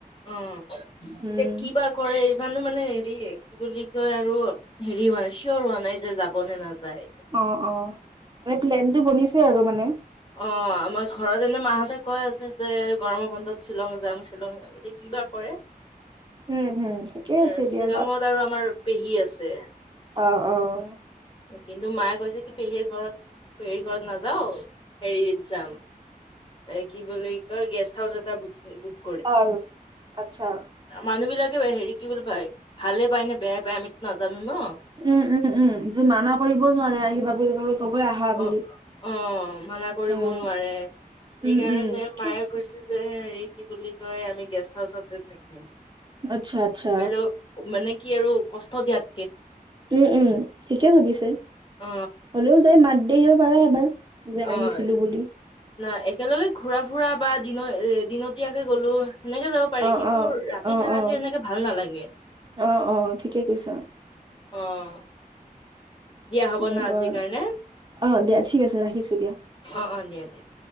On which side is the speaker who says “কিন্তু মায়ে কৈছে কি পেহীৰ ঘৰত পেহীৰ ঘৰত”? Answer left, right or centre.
Left